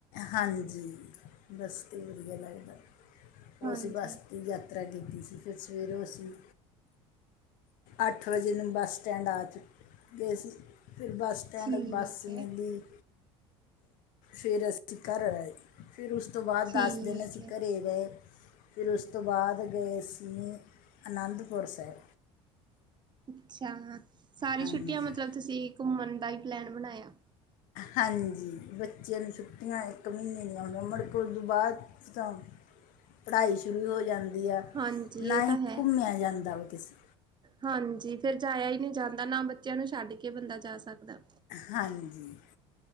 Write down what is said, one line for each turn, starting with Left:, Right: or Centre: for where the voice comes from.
Left: ਹਾਂਜੀ, ਬੱਸ ਤੇਈ ਵਧੀਆ ਲੱਗਦਾ, ਓ
Right: ਹਾਂਜੀ
Left: ਅਸੀ ਬੱਸ 'ਤੇ ਯ ਯਾਤਰਾ ਕੀਤੀ ਸੀ, ਫੇਰ ਸਵੇਰੇ ਅਸੀ ਅੱਠ ਵਜੇ ਨੂੰ ਬਸ ਟੈਂਡ ਆ ਚੁੱਕੇ ਸੀ ਫਿਰ ਬੱਸ ਸਟੈਂਡ
Right: ਠੀਕ
Left: ਬੱਸ ਮਿਲੀ
Right: ਹੈ
Left: ਫੇਰ ਅਸੀਂ ਘਰ ਆਏ ਫਿਰ ਉਸ ਤੋਂ ਬਾਦ
Right: ਠੀਕ
Left: ਦਸ ਦਿਨ ਅਸੀਂ
Right: ਹੈ
Left: ਘਰੇ ਗਏ ਫਿਰ ਉਸ ਤੋਂ ਬਾਦ ਗਏ ਸੀ ਅਨੰਦਪੁਰ ਸੈਬ।
Right: ਅੱਛਾ ਸਾਰੀ
Left: ਹਾਂਜੀ
Right: ਛੁੱਟੀਆਂ ਮਤਲਬ ਤੁਸੀਂ ਘੁੰਮਣ ਦਾ ਈ ਪਲੈਨ ਬਣਾਇਆ।
Left: ਹਾਂਜੀ, ਬੱਚਿਆਂ ਨੂੰ ਛੁੱਟੀਆਂ ਇੱਕ ਮੀਨੇ ਦੀਆਂ ਹੁੰਦੀਆਂ ਮੁੜਕੇ ਓਦੋਂ ਤੋਂ ਬਾਦ <unintelligible> ਪੜ੍ਹਾਈ ਸ਼ੁਰੂ ਹੋ ਜਾਂਦੀ ਆ
Right: ਹਾਂਜੀ
Left: ਨਾਹੀ
Right: ਇਹ ਤਾਂ ਹੈ
Left: ਘੁੰਮਿਆ ਜਾਂਦਾ ਵਾ ਕਿਸੇ
Right: ਹਾਂਜੀ ਫਿਰ ਜਾਇਆ ਈ ਨੀ ਜਾਂਦਾ ਨਾ ਬੱਚਿਆਂ ਨੂੰ ਛੱਡ ਕੇ ਬੰਦਾ ਜਾ ਸਕਦਾ।
Left: ਹਾਂਜੀ।